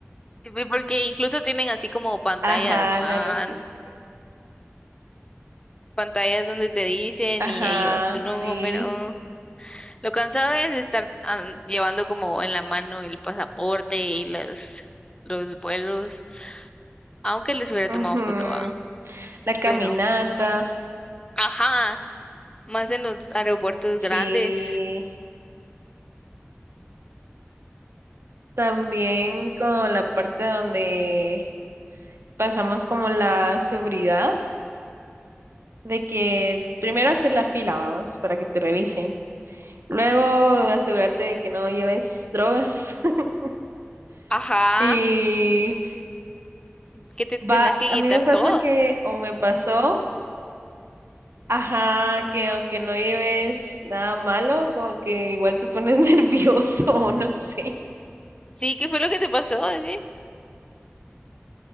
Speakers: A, on the left; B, on the right.
A: y Porque incluso tienen así como pantallas,
B: Ajá,
A: van,
B: la logística.
A: pantallas donde te dicen
B: Ajá,
A: y ahí vas tu número.
B: sí.
A: Lo cansado es estar ah, llevando como en la mano el pasaporte y los, los vuelos, aunque les hubiera tomado
B: ujú.
A: foto, ¿va?
B: La caminata,
A: Bueno, ajá, más en los aeropuertos
B: sí.
A: grandes.
B: También con la parte donde pasamos como la seguridad de que primero hacer la fila, vamos, para que te revisen. Luego asegurarte de que no lleves drogas. <laughs>
A: Ajá,
B: Y
A: que te tenés
B: va,
A: que
B: a
A: quitar
B: mí me
A: todo.
B: pasa que, o me pasó, ajá,
A: Ah,
B: que aunque no lleves nada malo, como que igual te pones <laughs> nervioso, o no sé.
A: Sí, ¿qué fue lo que te pasó, decís?